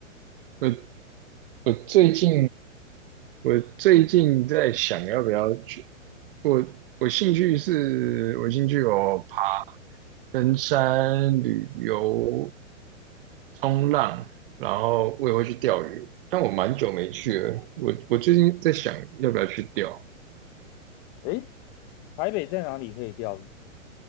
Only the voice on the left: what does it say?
哎，台北在哪里可以钓鱼？